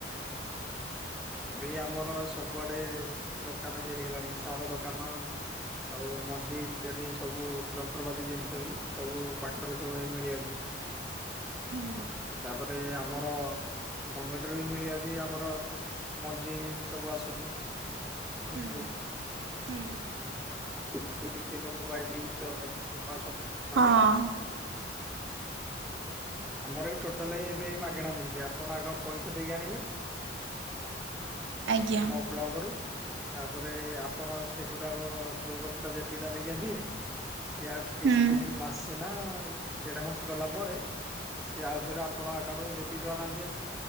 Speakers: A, in the centre; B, on the right (about 80°).
A: ଏବେ ଆମର ସବୁଆଡେ ଦୋକାନ ବି ହେଇଗଲାଣି ସାର ଦୋକାନ। ଆଉ ମଞ୍ଜି ଇତ୍ୟାଦି ସବୁ ଯନ୍ତ୍ରପାତି ଜିନିଷ ବି ସବୁ ପାଖରେ ସବୁ ମିଳି ଯାଉଛି।
B: ହୁଁ
A: ତାପରେ ଆମର ଗଙ୍ଗଟରେ ବି ମିଳିଯାଉଛି ଆମର ମଞ୍ଜି ସବୁ ଆସୁଛି ଅଫିସ
B: ହୁଁ
A: କୁ।
B: ହୁଁ
A: ସେ କିଛି ଲୋକ ପାଇଁ ବି ପାଉଛନ୍ତି ମାଗେଡା
B: ହଁ
A: ଆମର ଏଇ ଟୋଟାଲ ଏ ମାଗଣା ମିଳିଯଛି ଆପଣ ଆଗ ପଇସା ଦେଇକି ଆଣିବେ।
B: ଆଜ୍ଞା
A: ଆମେ ବ୍ଲକ ରୁ ତାପରେ ଆପଣ ସେଗୁଡାକ ଯୋଉ ଗଛ ଟା ଯେତିଟା ନେଇିଛନ୍ତି। ସିଆ କିଛି
B: ହୁଁ
A: ଦିନ ମାରଛେ ନା। ଦେଢ ମାସ ଗଲା ପରେ ସିଏ ଆଉ ଥରେ ଆପଣଙ୍କ ଆକାଉଣ୍ଟରୁୁ ଯେତିକି ଟଙ୍କା ନାନ୍ଧଥିବ।